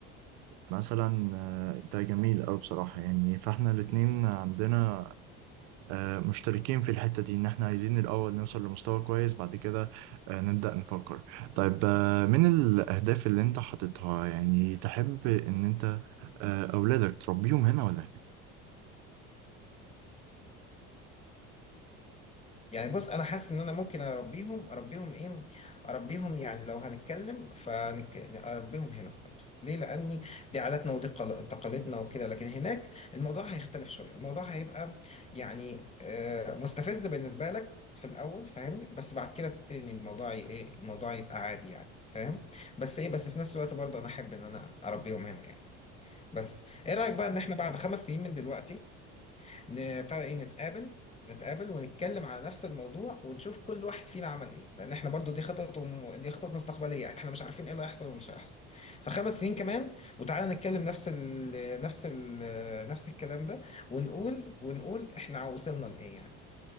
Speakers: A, on the right; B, on the left.
A: مثلا آه، ده جميل أوي بصراحة يعني فإحنا الاتنين عندنا آه، مشتركين في الحتة دي ان احنا عايزين الاول نوصل لمستوى كويس بعد كده آه، نبدأ نفكر طيب آه، من الاهداف اللي انت حاططها يعني تحب ان انت آه، اولادك تربيهم هنا ولا هنا
B: يعني بص انا حاسس ان انا ممكن اربيهم اربيهم ايه اربيهم يعني لو هنتكلم فنك... اربيهم هنا الصراحه ليه لاني دي عاداتنا ودي قل- تقاليدنا وكده لكن هناك الموضوع هيختلف شويه الموضوع هيبقى يعني آه، مستفز بالنسبه لك في الاول فاهمني بس بعد كده تبتدي ان الموضوع ي- ايه الموضوع يبقى عادي يعني فاهم بس ايه بس في نفس الوقت برضه انا احب ان انا اربيهم هنا يعني بس ايه رايك بقى ان احنا بعد خمس سنين من دلوقتي ن- بتاع ده ايه نتقابل نتقابل ونتكلم على نفس الموضوع ونشوف كل واحد فينا عمل ايه لان احنا برضو دي خطط وم... دي خطط مستقبليه احنا مش عارفين ايه اللي هيحصل ومش هيحصل فخمس سنين كمان وتعالى نتكلم نفس ال... نفس ال... نفس الكلام ده ونقول ونقول احنا وصلنا لايه يعني